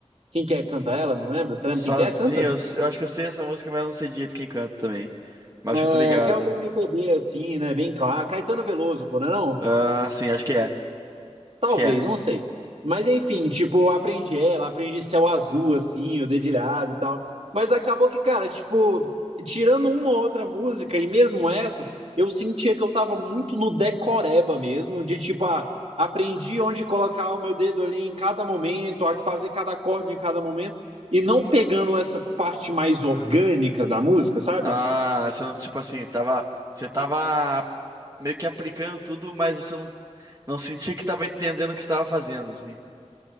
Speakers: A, on the right; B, on the right.
A: quem quer canta ela? Não lembro. Você
B: Sozinho,
A: lembra quem quer canta?
B: eu, eu acho que eu sei essa música, mas eu não sei direito quem canta também. Mas acho
A: É,
B: que eu tô ligado.
A: que é o do MPB, assim, né? Bem claro. Caetano Veloso, pô, não é não?
B: Ah, sim, acho que é.
A: Talvez,
B: Acho que é.
A: não sei. Mas enfim, tipo, aprendi ela, aprendi Céu Azul, assim, o Dedilhado e tal. Mas acabou que, cara, tipo, tirando uma ou outra música, e mesmo essas, eu sentia que eu tava muito no decoreba mesmo, de tipo, ah, aprendi onde colocar o meu dedo ali em cada momento, a fazer cada acorde em cada momento, e não pegando essa parte mais orgânica da música, sabe?
B: Ah, você não, tipo assim, tava. Você tava meio que aplicando tudo, mas você não, não sentia que tava entendendo o que você tava fazendo, assim.